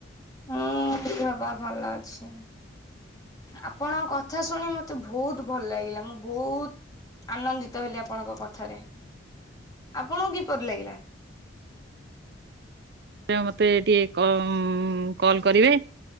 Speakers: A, on the left; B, on the right.
A: ହୁଁ ଦେହ ପା ଭଲ ଅଛି। ଆପଣଙ୍କ କଥା ଶୁଣି ମତେ ବହୁତ ଭଲ ଲାଗିଲା ମୁଁ ବହୁତ ଆନନ୍ଦିତ ହେଲି ଆପଣଙ୍କ କଥାରେ। ଆପଣଙ୍କୁ କିପରି ଲାଗିଲା?
B: ମତେ ଟିକେ କମ୍ କଲ କରିବେ